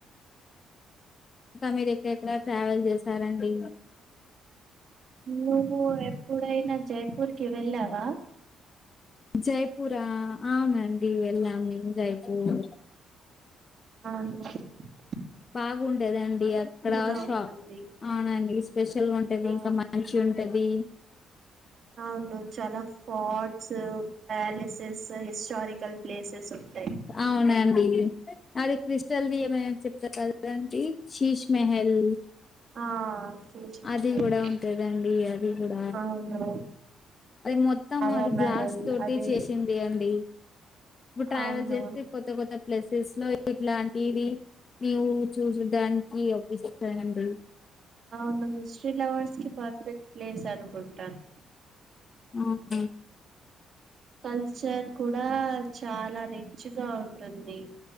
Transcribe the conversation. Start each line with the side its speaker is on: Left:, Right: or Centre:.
Left: ఇంకా మీరు ఎక్కడెక్కడ ట్రావెల్ చేశారండి
Right: నువ్వు ఎప్పుడైనా జైపూర్ కి వెళ్ళావా
Left: జైపూరా అవునండి వెళ్ళం జైపూర్
Right: అవున
Left: బాగుంటేదండి అక్కడ
Right: గా
Left: షాప్
Right: ఉంటుంది
Left: అవునండి స్పెషల్గా ఉంటది
Right: ఆ
Left: ఇంకా మ మంచిగుంటది
Right: అవును చాలా ఫోర్ట్స్ ప్యాలెసెస్ హిస్టారికల్ ప్లేసెస్ ఉంటాయి
Left: అవునండి అదే క్రిస్టల్ది ఏమైనా చెప్ <inaudible> చీస్ మెహల్
Right: ఆ షీజ్
Left: అది
Right: మహల్,
Left: కూడా ఉంటదండి అది కూడా
Right: అవును
Left: అది మొత్తం
Right: హవా
Left: అది
Right: మహల్
Left: గ్లాస్ తోటి
Right: అదే
Left: చేసిన్ ది అండి ఇప్పుడు ట్రావెల్
Right: అవును
Left: చేస్తే కొత్త కొత్త ప్లేసెస్ లో ఇట్లాంటివి నవవు చూసడానికి అప్పిస్తానండి
Right: అవును హిస్టరీ లవర్స్ కి పర్ఫెక్ట్ ప్లేస్ అనుకుంటాను
Left: ఆ అండి
Right: కల్చర్ కూడా చాలా రిచ్ గా ఉంటుంది